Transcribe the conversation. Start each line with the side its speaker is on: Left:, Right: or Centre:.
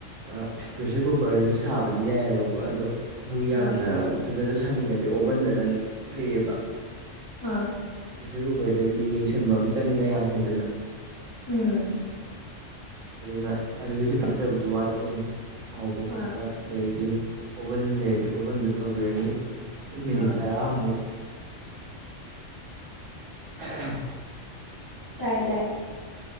Right: ꯑꯩ ꯄ꯭ꯔꯦꯁꯔ ꯀꯨꯀꯔꯗꯁꯨ ꯁꯥꯕꯗꯤ ꯌꯥꯏꯑꯕꯀꯣ ꯑꯗꯣ ꯑꯩꯈꯣꯏꯒꯤ ꯌꯥꯝꯅ
Left: ꯑꯥ
Right: ꯐꯖꯅ ꯁꯥꯅꯤꯡꯉꯗꯤ ꯑꯣꯚꯟꯗꯅ ꯐꯩꯌꯦꯕ
Left: ꯑꯥ
Right: ꯄ꯭ꯔꯦꯁꯔ ꯀꯨꯀꯔꯗꯗꯤ ꯌꯦꯡꯁꯤꯟꯕ ꯑꯃ ꯆꯪꯉꯤꯅ ꯌꯥꯝ ꯍꯦꯟꯖꯟꯅ
Left: ꯎꯝ
Right: ꯑꯗꯨꯅ ꯑꯗꯨꯒꯤꯁꯨ ꯐꯖꯕꯁꯨ ꯋꯥꯠꯇꯣꯏꯅꯦ ꯍꯥꯎꯕ
Left: ꯑꯥ
Right: ꯈꯣꯠꯄ ꯑꯗꯒꯤ ꯑꯣꯚꯟ ꯂꯩꯔꯗꯤ ꯑꯣꯚꯟꯗ ꯇꯧꯕꯤꯔꯅꯤ ꯑꯗꯨꯝ ꯃꯤꯅꯤꯠ
Left: ꯑꯥ
Right: ꯇꯔꯥꯃꯨꯛ ꯑ
Left: ꯇꯥꯏꯌꯦ ꯇꯥꯏꯌ‌ꯦ